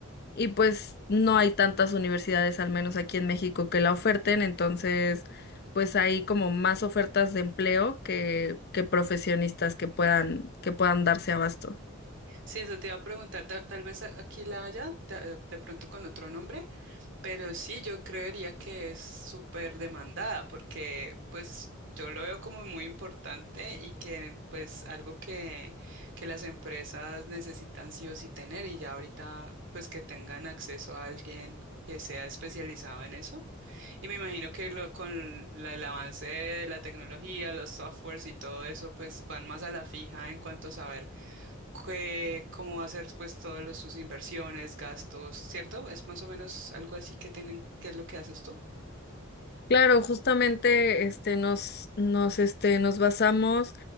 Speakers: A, on the left; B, on the right.
A: Y pues no hay tantas universidades, al menos aquí en México, que la oferten, entonces pues hay como más ofertas de empleo que, que profesionistas que puedan, que puedan darse abasto.
B: Sí, eso te iba a preguntar, ta- tal vez a- aquí la haya, de, de pronto con otro nombre, pero sí, yo creería que es súper demandada porque pues yo lo veo como muy importante y que pues algo que, que las empresas necesitan sí o sí tener y ya ahorita pues que tengan acceso a alguien que sea especializado en eso. Y me imagino que lo, con la- el avance de la tecnología, los softwares y todo eso, pues van más a la fija en cuanto a saber que- cómo va a ser pues todas los- sus inversiones, gastos, ¿cierto? Es más o menos algo así que tienen, ¿qué es lo que haces tú?
A: Claro, justamente este nos nos este nos basamos